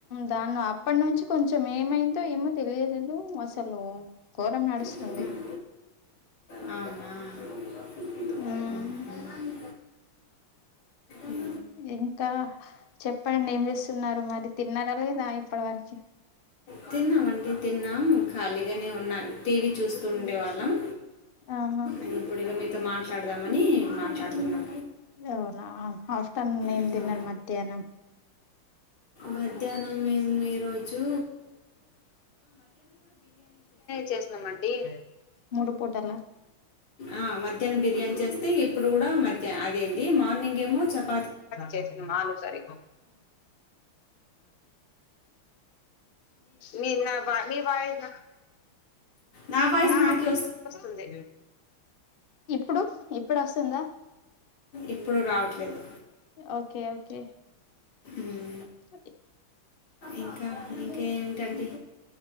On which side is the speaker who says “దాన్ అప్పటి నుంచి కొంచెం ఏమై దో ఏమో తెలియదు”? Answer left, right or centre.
Left